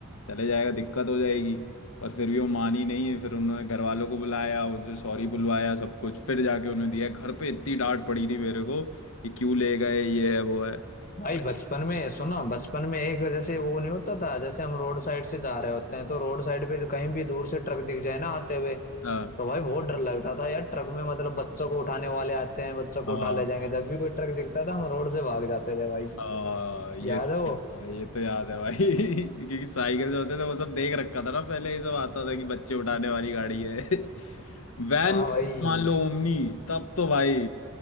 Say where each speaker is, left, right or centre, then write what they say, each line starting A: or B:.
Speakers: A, on the left; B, on the left.
A: चले जाएगा दिक्कत हो जाएगी पर फिर भी वो मानी नहीं है फिर उन्होंने घर वालों को बुलाया उनसे सॉरी बुलवाया सब कुछ फिर जाके उन्होंने दिया घर पे इतनी डांट पड़ी थी मेरे को कि क्यों ले गए ये है वो है
B: भाई
A: पर
B: बचपन में सुनो बचपन में एक जैसे वो नहीं होता था जैसे हम रोड साइड से जा रहे होते हैं तो रोड साइड पे कहीं भी दूर से ट्रक दिख जाए ना आते हुए
A: हाँ
B: तो भाई बहुत डर लगता था यार ट्रक में मतलब बच्चों को उठाने वाले आते हैं बच्चों को
A: हाँ
B: उठा ले जाएंगे जब भी कोई ट्रक दिखता था हम रोड से भाग जाते थे भाई
A: हाँ ये
B: याद
A: तो
B: है वो
A: याद है ये तो याद है भाई <laughs> क्योंकि साइकिल जो होते थे वो सब देख रखा था ना पहले ये सब आता था कि बच्चे उठाने वाली गाड़ी है <laughs> वैन
B: हाँ
A: में
B: भाई
A: तो मान लो ओमनी तब तो भाई